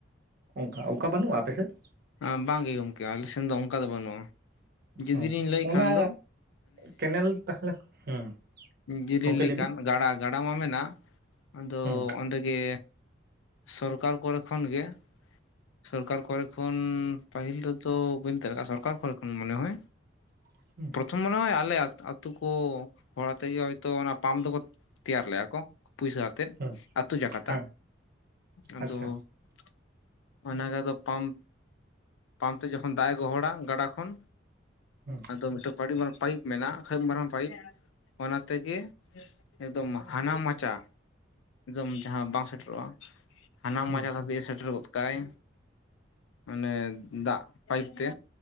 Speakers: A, on the right (about 55°); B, on the left (about 85°).
A: ᱚᱱᱠᱟ ᱚᱱᱠᱟ ᱵᱟᱹᱱᱩᱜᱼᱟ ᱟᱯᱮ ᱥᱮᱫ
B: ᱮ ᱵᱟᱝᱜ ᱜᱮ ᱜᱚᱢᱠᱮ ᱟᱞᱮ ᱥᱮᱱ ᱫᱚ ᱚᱱᱠᱟ ᱫᱚ ᱵᱟᱹᱱᱩᱜᱼᱟ ᱡᱩᱫᱤ
A: ᱦᱮᱸ
B: ᱞᱤᱧ ᱞᱟᱹᱭ
A: ᱚᱱᱟ
B: ᱠᱷᱟᱱ ᱫᱚ
A: ᱠᱮᱱᱮᱞ ᱛᱟᱦᱞᱮ ᱦᱮᱸ
B: ᱡᱮᱞᱮ
A: ᱜᱚᱢᱠᱮ
B: ᱞᱮᱠᱟᱱ
A: ᱞᱟᱹᱭ ᱵᱤᱱ
B: ᱜᱟᱰᱟ ᱜᱟᱰᱟ ᱢᱟ ᱢᱮᱱᱟᱜ ᱟᱫᱚ
A: ᱦᱮᱸ
B: ᱚᱸᱰᱮᱜᱮ ᱥᱚᱨᱠᱟᱨ ᱠᱚᱨᱮ ᱠᱷᱚᱱ ᱜᱮ <inaudible> ᱥᱚᱨᱠᱟᱨ ᱠᱚᱨᱮ ᱮᱠᱷᱚᱱ ᱯᱟᱹᱦᱤᱞ ᱨᱮᱫᱚ ᱵᱟᱹᱧ ᱫᱟᱲᱮ ᱠᱼᱟ ᱥᱚᱨᱠᱟᱨ ᱠᱚ ᱠᱷᱚᱱ ᱢᱚᱱᱮ ᱦᱚᱭ
A: <inaudible>
B: ᱯᱨᱚᱛᱷᱚᱢ ᱢᱟᱱᱮ ᱟᱞᱮᱟᱛᱳ ᱠᱚ ᱦᱚᱲᱟ ᱛᱮᱜᱮ ᱦᱚᱭᱛᱚ ᱚᱱᱟ ᱯᱟᱢ ᱫᱚᱠᱚ ᱛᱮᱭᱟᱨ ᱞᱮᱫᱼᱟ ᱠᱚ ᱯᱩᱭᱥᱟᱹ ᱟᱛᱮᱫ
A: ᱦᱮᱸ
B: ᱟᱛᱳ ᱡᱟᱠᱟᱛᱟᱜ
A: ᱦᱮᱸ
B: ᱟᱫᱚ
A: ᱟᱪᱪᱷᱟ
B: <inaudible> ᱚᱱᱟ ᱜᱮ ᱟᱫᱚ ᱯᱟᱢ ᱯᱟᱢᱯ ᱛᱮ ᱡᱚᱠᱷᱚᱱ ᱫᱟᱜ ᱮ ᱜᱚᱦᱚᱲᱟ ᱜᱟᱰᱟ ᱠᱷᱚᱱ
A: <unintelligible>
B: ᱟᱫᱚ ᱢᱤᱫᱴᱟᱝ ᱯᱟᱭᱤᱯ ᱢᱮᱱᱟᱜᱼᱟ ᱠᱷᱳᱹᱡ ᱢᱟᱨᱟᱝ ᱯᱟᱭᱤᱯ ᱚᱱᱟ ᱛᱮᱜᱮ ᱮᱠᱫᱚᱢ ᱦᱟᱱᱟ ᱢᱟᱪᱟ ᱮᱠᱫᱚᱢ ᱡᱟᱦᱟᱸ ᱵᱟᱝ ᱥᱮᱴᱮᱨᱚᱜᱼᱟ ᱦᱟᱱᱟ
A: ᱦᱮᱸ
B: ᱢᱟᱡᱟ ᱫᱷᱟᱹᱵᱤᱡᱼᱮ ᱥᱮᱴᱮᱨ ᱜᱚᱫ ᱠᱟᱜᱟᱭ ᱟᱱᱮ ᱫᱟᱜ ᱯᱟᱭᱤᱯ ᱛᱮ